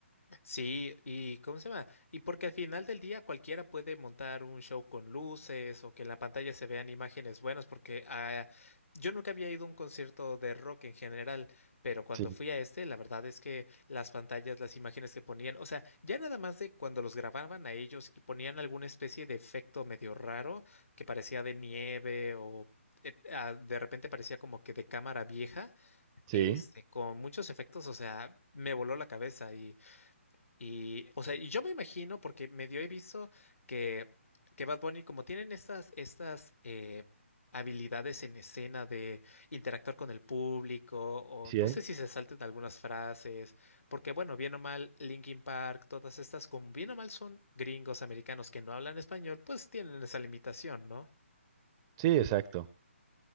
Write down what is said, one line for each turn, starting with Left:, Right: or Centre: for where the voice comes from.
Left: Sí, y ¿cómo se llama? Y porque al final del día cualquiera puede montar un show con luces o que en la pantalla se vean imágenes buenas, porque ah, yo nunca había ido a un concierto de rock en general, pero cuando
Right: Sí,
Left: fui a este, la verdad es que las pantallas, las imágenes que ponían, o sea, ya nada más de cuando los grababan a ellos y ponían alguna especie de efecto medio raro que parecía de nieve o... eh, ah, De repente parecía como que de cámara vieja,
Right: sí,
Left: este, con muchos efectos, o sea, me voló la cabeza y, y, o sea, y yo me imagino, porque medio he visto que, que Bad Bunny, como tienen estas, estas eh, habilidades en escena de interactuar con el público, o
Right: sí,
Left: no
Right: ¿eh?
Left: sé si se salten algunas frases, porque bueno, bien o mal, Linkin Park, todas estas, como bien o mal son gringos americanos que no hablan español, pues tienen esa limitación, ¿no?
Right: Sí, exacto.